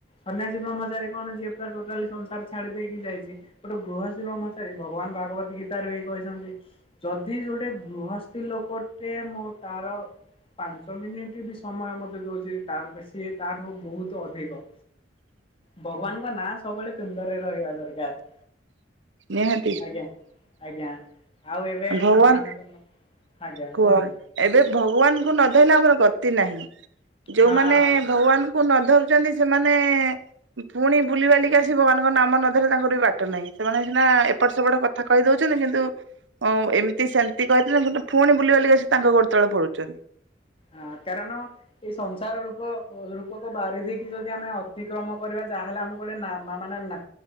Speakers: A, on the left; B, on the right.
A: ସନ୍ୟାସି ବ୍ରହ୍ମଚାରୀ କଣ ଯିଏ ପ ଟୋଟାଲି ସଂସାର ଛାଡ଼ି ଦେଇକି ଯାଇଛି ଗୋଟେ ଗୃହସ୍ଥୀ ବ୍ମଚାରୀ ଭଗବାନ ଭାଗବତ ଗୀତାରୁ ବି କହିଛନ୍ତି ଯଦି ଯୋଉଟେ ଗୃହସ୍ଥ ଲୋକଟେ ମୁଁ ତାର ପାଞ୍ଚ ମିନିଟ ବି ସମୟ ମତେ ଦଉଛି ତା ସିଏ ତାଠୁ ବହୁତ ଅଧିକ ଭଗବାନଙ୍କ ନାଁ ସବୁବେଳେ ତୁଣ୍ଡରେ ରହିବା ଦରକାର।
B: ନିହାତି
A: ଆଜ୍ଞା ଆଜ୍ଞା ଆଉ ଏବେ
B: ଭଗବାନ
A: କଣ ମାନ ତମ ଆଜ୍ଞା
B: କୁହ
A: କୁହନ୍ତୁ
B: ଏବେ ଭଗବାନଙ୍କୁ ନଧଇଲେ ଆମର ଗତି ନାହିଁ ଯୋଉମାନେ
A: ହଁ
B: ଭଗବାନ କୁ ନ ଧରୁଛନ୍ତି ସେମାନେ ପୁଣି ବୁଲିିବାଲିକି ଆସି ଭଗବାନଙ୍କ ନାମ ନ ଧରେ ତାଙ୍କର ବି ବା ଟ ନାହିଁ ସେମାନେ ସିନା ଏପଟ ସେପଟ କଥା କହି ଦଉଛନ୍ତି କିନ୍ତୁ ଅ ଏମିତି ସେମିତି କହିଦେଉଛନ୍ତି କିନ୍ତୁ ଫୁଣି ବୁଲି ବାଲିକି ଆସି ତାଙ୍କ ଗୋଡ ତଳେ ପଡୁଛନ୍ତି।
A: ହଁ କାରଣ ଏଇ ସଂସାର ରୂପ ରୂପକ ବାରି ଧିକି ଯଦି ଆମେ ଅତିକ୍ରମ କରିବା ଯାହେଲେ ଆମକୁ ପରେ ନା ମା ମାନେ ନା